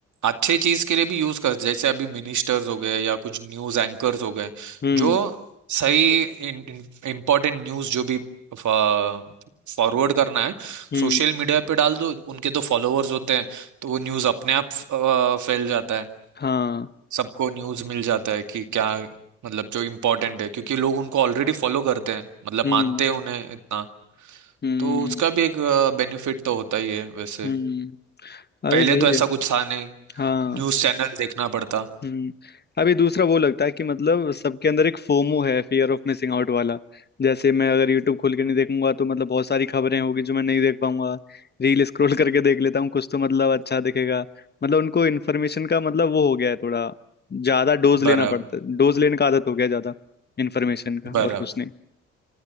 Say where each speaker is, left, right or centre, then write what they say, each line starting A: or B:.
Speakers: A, on the right (about 65°); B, on the left (about 30°).
A: अच्छे चीज के लिए भी यूज कर जैसे अभी मिनिस्टर्स हो गए या कुछ न्यूज एंकर्स हो गए
B: हम्म
A: जो सही इम्पोर्टेंट न्यूज जो भी फॉरवर्ड करना है
B: हम्म
A: सोशल मीडिया पे डाल दो उनके तो फॉलोअर्स होते हैं तो वो न्यूज अपने आप अ, फैल जाता है
B: हाँ
A: सबको न्यूज़ मिल जाता है कि क्या मतलब जो इम्पोर्टेंट है क्योंकि लोग उनको ऑलरेडी फॉलो करते हैं मतलब मानते
B: हम्म
A: हैं उन्हें इतना
B: हम्म
A: तो उसका भी एक बेनिफिट तो होता ही है वैसे
B: हम्म अभी
A: पहले
B: वही
A: तो ऐसा
B: है
A: कुछ था नहीं
B: हाँ
A: न्यूज़ चैनल देखना पड़ता
B: हम्म अभी दूसरा वो लगता है कि मतलब सबके अंदर एक फोमो है फियर ऑफ मिसिंग आउट वाला जैसे मैं अगर यूट्यूब खोल के नहीं देखूंगा तो मतलब बहुत सारी खबरें होगी जो मैं नहीं देख पाऊंगा रील स्क्रॉल करके देख लेता हूँ कुछ तो मतलब अच्छा दिखेगा मतलब उनको इन्फॉर्मेशन का मतलब वो हो गया है थोड़ा ज्यादा डोज
A: बराबर
B: लेना पड़ता है डोज लेने का आदत हो गया है ज्यादा इन्फॉर्मेशन का
A: बराबर
B: और कुछ नहीं